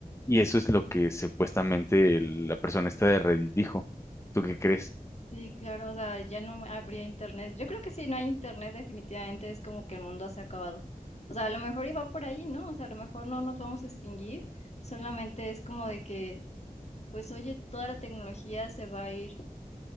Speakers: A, on the left (about 20°); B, on the left (about 50°).
A: Y eso es lo que supuestamente el- la persona esta de Reddit dijo. ¿Tú qué crees?
B: Sí, claro, o sea, ya no habría internet. Yo creo que si no hay internet, definitivamente es como que el mundo se ha acabado. O sea, a lo mejor iba por ahí, ¿no? O sea, a lo mejor no nos vamos a extinguir, solamente es como de que Pues oye, toda la tecnología se va a ir